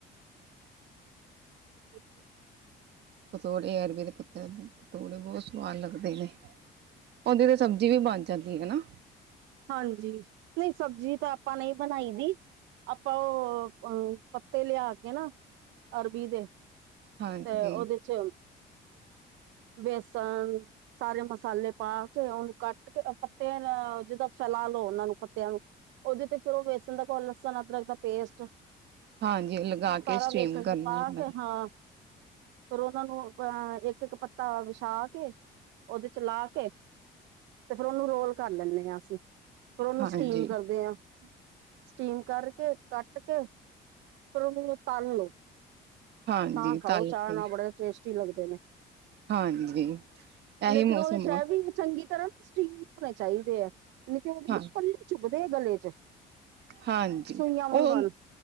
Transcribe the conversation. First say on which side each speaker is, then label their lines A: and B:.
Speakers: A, on the right; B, on the right.
A: <unintelligible>
B: ਪਤੋੜੇ ਅਰਬੀ ਦੇ ਪੱਤੇ ਹੁੰਦੇ ਨੇ ਪਤੋੜੇ ਬਹੁਤ ਸਵਾਦ ਲੱਗਦੇ ਨੇ ਉਹਦੀ ਤੇ ਸਬਜ਼ੀ ਵੀ ਬਣ ਜਾਂਦੀ ਹਨਾ
A: ਹਾਂਜੀ ਨਹੀਂ ਸਬਜ਼ੀ ਤਾਂ ਆਪਾਂ ਨਹੀਂ ਬਣਾਈ ਦੀ ਆਪਾਂ ਉਹ ਅ ਪੱਤੇ ਲਿਆ ਕੇ ਨਾ ਅਰਬੀ ਦੇ
B: ਹਾਂਜੀ
A: ਤੇ ਉਹਦੇ ਚ
B: <unintelligible>
A: ਬੇਸਣ ਸਾਰੇ ਮਸਾਲੇ ਪਾ ਕੇ ਉਹਨੂੰ ਕੱਟ ਕੇ ਪੱਤੇ ਜਿਦਾਂ ਫੈਲਾ ਲੋ ਉਹਨਾ ਨੂੰ ਪੱਤਿਆਂ ਨੂੰ ਉਹਦੇ ਤੇ ਫਿਰ ਉਹ ਬੇਸਣ ਦਾ ਗੋਲ ਲਸਣ ਅਦਰਕ ਦਾ ਪੇਸਟ
B: ਹਾਂਜੀ ਲਗਾ ਕੇ
A: ਸਾਰਾ
B: ਸਟੀਮ
A: ਵੇਸਣ
B: ਕਰਨਾ
A: ਚ ਪਾ
B: ਮੈਂ
A: ਕੇ ਹਾਂ ਫੇਿਰ ਉਹਨਾਂ ਨੂੰ ਅਹ ਇੱਕ ਇੱਕ ਪੱਤਾ ਵਿਛਾ ਕੇ ਉਹਦੇ ਚ ਲਾ ਕੇ ਤੇ ਫੇਿਰ ਉਹਨੂੰ ਰੋਲ ਕਰ ਲੈਂਦੇ ਹਾਂ ਅਸੀਂ ਫਿਰ ਉਹਨੂੰ
B: ਹਾਂਜੀ
A: ਸਟੀਮ ਕਰਦੇ ਆਾਂ ਸਟੀਮ ਕਰਕੇ ਕੱਟ ਕੇ ਫਿਰ ਉਹਨੂੰ ਤਲ ਲੌ
B: ਹਾਂਜੀ
A: ਤਾਂ ਖਾਓ
B: ਤਲ
A: ਚਾਹ
B: ਕੇ
A: ਨਾਲ ਬੜੇ ਟੇਸਟੀ ਲੱਗਦੇ ਨੇ
B: ਹਾਂਜੀ ਇਹੀ
A: ਲੇਕਿਨ
B: ਮੌਸਮ
A: ਉਹਦੇ ਚ
B: ਆ
A: ਇਹ ਵੀ ਚੰਗੀ ਤਰ੍ਹਾਂ ਸਟੀਮ ਹੋਣੇ ਚਾਹੀਦੇ ਆ ਨ ਉਹਦੇ
B: ਹਾਂ
A: ਨਾ ਪੱਲੇ ਚੁਬਦੇ ਆ ਗਲੇ ਚ
B: ਹਾਂਜੀ
A: ਸੂਈਆਂ ਵਾਂਗਣ
B: ਉਹ